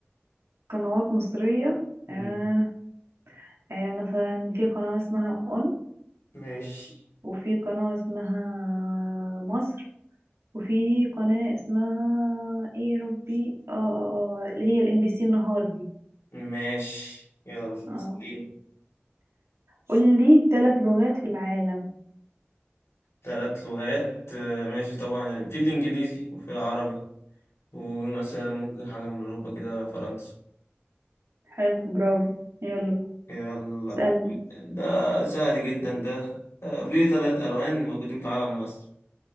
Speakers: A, on the right; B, on the left.
A: قنوات مصرية
B: مم.
A: آه آه مثلا في قناة اسمها اون
B: ماشي
A: وفي قناة اسمها مصر وفي قناة اسمها ايه يا ربي اه آه، آه، اللي هي الام بي سي النهار دي
B: ماشي يلا
A: اه
B: سليم.
A: قول لي ثلاث لغات في العالم
B: ثلاث لغات آه، ماشي طبعا في الإنجليزي وفي العربي ومثلا ممكن حاجة من أوروبا كده فرنسا
A: حلو برافو يلا
B: يلا
A: اسألني
B: ده سهل جدا ده آه، قولي لي ثلاث ألوان موجودين في علم مصر